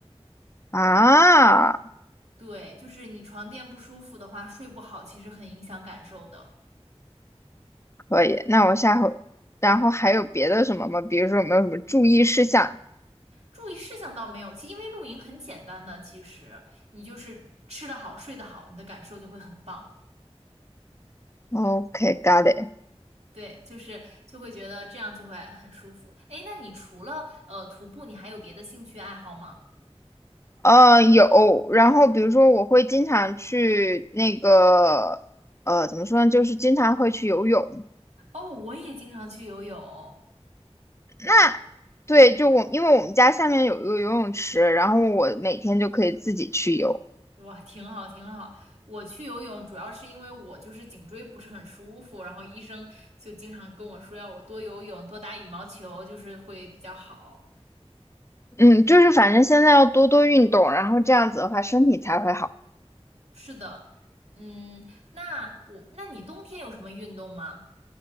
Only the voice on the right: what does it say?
对，就是你床垫不舒服的话，睡不好其实很影响感受的。
注意事项倒没有，其因为露营很简单的，其实你就是吃得好，睡得好，你的感受就会很棒。
对，就是就会觉得这样就会很舒服。哎，那你除了呃徒步，你还有别的兴趣爱好吗？
哦，我也经常去游泳，
哇，挺好挺好。我去游泳主要是因为我就是颈椎不是很舒服，然后医生就经常跟我说要我多游泳，多打羽毛球，就是会比较好。
是的，嗯，那我，那你冬天有什么运动吗？